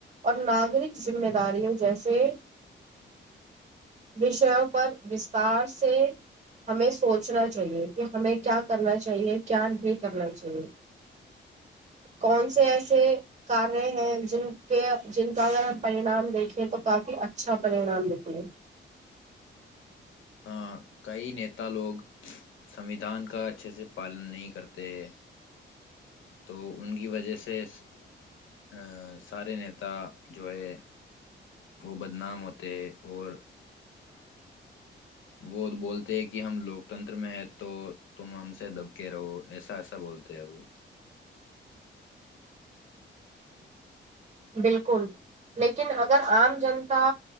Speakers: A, on the right; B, on the left.
A: اور ناگرک ذمے داریوں جیسے وشیوں پر وستستار سے ہمیں سوچنا چاہیے کہ ہمیں کیا کرنا چاہیے کیا نہیں کرنا چاہیے کون سے ایسے کاریہ ہیں جن کے جن کا اگر ہم پریناام دیکھیں تو کافی اچھا پر نام دیتے
B: ہاں کئی نیتا لوگ سنوھان کا اچھے سے پالن نہیں کرتے ہیں تو ان کی وجہ سے ا سارے نیتا جو ہے وہ بدنام ہوتے ہے اور وہ بولتے ہیں کہ ہم لوکتنتر میں ہیں تو تم ہم سے دبکے رہو ایسا ایسا بولتے ہیں وہ
A: بالکل لیکن اگر عام جنتا